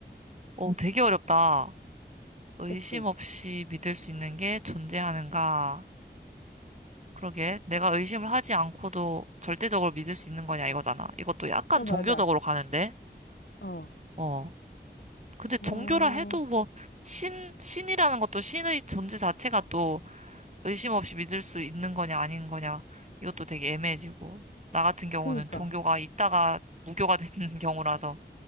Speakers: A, on the right; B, on the left.
A: 오, 되게 어렵다. 의심
B: 그치?
A: 없이 믿을 수 있는 게 존재하는가. 그러게. 내가 의심을 하지 않고도 절대적으로 믿을 수 있는 거냐, 이거잖아. 이것도 약간
B: 어, 맞아.
A: 종교적으로 가는데.
B: 어,
A: 어. 근데 종교라
B: 어,
A: 해도 뭐, 신, 신이라는 것도 신의 존재 자체가 또 의심 없이 믿을 수 있는 거냐 아닌 거냐 이것도 되게 애매해지고 나 같은 경우는
B: 그니까.
A: 종교가 있다가 무교가 <laughs> 되는 경우라서